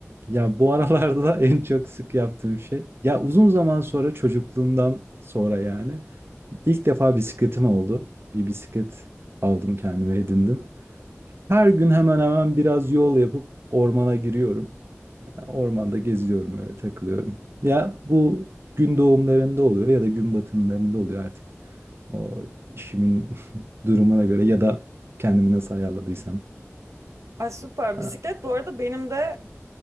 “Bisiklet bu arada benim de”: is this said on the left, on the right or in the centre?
Right